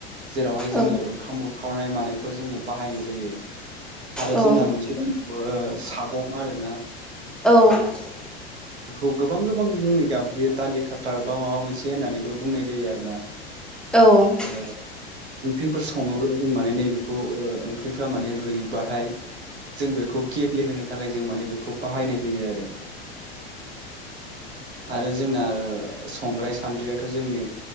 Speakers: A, on the right; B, in the centre.
A: जेरावहाय जोङो
B: औ
A: ओंखाम उरखावनाय मानायफ्राव जोङो बाहायनाय जायो। आरो
B: औ
A: जोंना मोनसे दंबावो सागं आरोना
B: <inaudible>
A: बेखौ गोबां- गोबां मुङै गाबज्रियो दालि खाथार बा माबा मोनसे होननानैबो बुंनाय जायो आरो ना।
B: औ
A: ओ ओंख्रिफोर सङोब्ला जों माने नै बेखौ ओ ओंख्रिफोरा माने रुयबाथाय जों बेखौ गेब्लेहोनो थाखाय जों माने बेखौ बाहायनाय जायो आरो। आरो जोंना ओ संग्राय सान्द्रियाथ' जोंनि